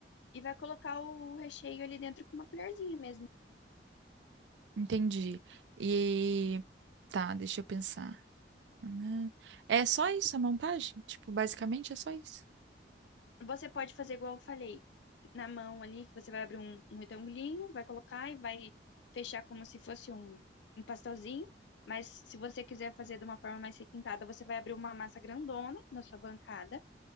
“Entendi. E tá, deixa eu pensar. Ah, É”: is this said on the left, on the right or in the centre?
Right